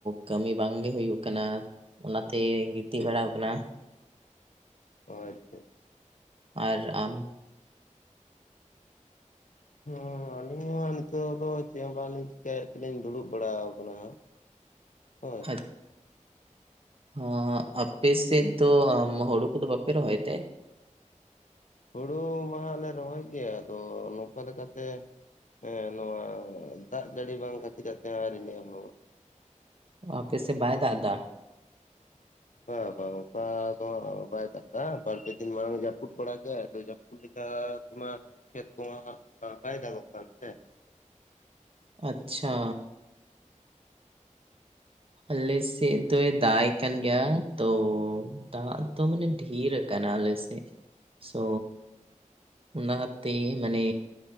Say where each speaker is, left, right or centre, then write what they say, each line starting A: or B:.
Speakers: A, on the right (about 45°); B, on the left (about 75°).
A: ᱠᱟᱹᱢᱤ ᱵᱟᱝᱜᱮ ᱦᱩᱭᱩᱜ ᱠᱟᱱᱟ ᱚᱱᱟᱛᱮ ᱜᱤᱛᱤᱡ ᱵᱟᱲᱟᱣ ᱠᱟᱱᱟ
B: ᱳ ᱟᱪᱪᱷᱟ
A: ᱟᱨ ᱟᱢ?
B: ᱦᱚᱸ ᱟᱹᱞᱤᱧ ᱢᱟ ᱱᱤᱛᱚᱜ ᱫᱚ ᱪᱮᱫ ᱦᱚᱸ ᱵᱟᱝᱞᱤᱧ ᱪᱤᱠᱟᱭᱮᱫ ᱛᱮᱞᱤᱧ ᱫᱩᱲᱩᱵ ᱵᱟᱲᱟ ᱟᱠᱟᱱᱟ ᱦᱟᱸᱜ᱾ ᱦᱳᱭ,
A: ᱟᱪ ᱟ ᱟᱯᱮ ᱥᱮᱫ ᱫᱚ ᱦᱩᱲᱩ ᱠᱚᱫᱚ ᱵᱟᱯᱮ ᱨᱚᱦᱚᱭ ᱛᱮ?
B: ᱦᱩᱲᱩ ᱢᱟᱦᱟᱸ ᱞᱮ ᱨᱚᱦᱚᱭ ᱜᱮᱭᱟ, ᱟᱫᱚ ᱱᱚᱝᱠᱟ ᱞᱮᱠᱟᱛᱮ ᱦᱮᱸ ᱱᱚᱣᱟ ᱫᱟᱜ ᱡᱟᱹᱲᱤ ᱵᱟᱝ ᱠᱷᱟᱹᱛᱤᱨ ᱟᱨᱠᱤ ᱟᱹᱣᱨᱤᱞᱮ ᱮᱦᱚᱵᱟ᱾
A: ᱟᱯᱮᱥᱮᱜ ᱵᱟᱭ ᱫᱟᱜ ᱫᱟ?
B: ᱵᱟ ᱵᱟ ᱚᱝᱠᱟ ᱫᱚ ᱦᱟᱸᱜ ᱵᱟᱭ ᱫᱟᱜ ᱫᱟ ᱵᱟᱨ-ᱯᱮ ᱫᱤᱱ ᱢᱟᱲᱟᱝ ᱮ ᱡᱟᱹᱯᱩᱫ ᱵᱟᱲᱟ ᱠᱮᱜ-ᱟᱭ ᱟᱫᱚ ᱡᱟᱹᱯᱼᱼ ᱞᱮᱠᱟ ᱛᱮᱢᱟ ᱠᱷᱮᱛ ᱠᱚᱢᱟ ᱦᱟᱸᱜ ᱵᱟᱭ ᱫᱟᱜᱚᱜ ᱠᱟᱱ ᱛᱮ?
A: ᱟᱪᱪᱷᱟ᱾ ᱟᱞᱮᱥᱮᱫ ᱫᱚᱭ ᱫᱟᱜ ᱮ ᱠᱟᱱ ᱜᱮᱭᱟ ᱛᱚ ᱫᱟᱜ ᱫᱚ ᱢᱟᱱᱮ ᱰᱷᱤᱨ ᱠᱟᱱᱟ ᱟᱞᱮ ᱥᱮᱜ, ᱥᱳ ᱚᱱᱟᱛᱮ ᱢᱟᱱᱮ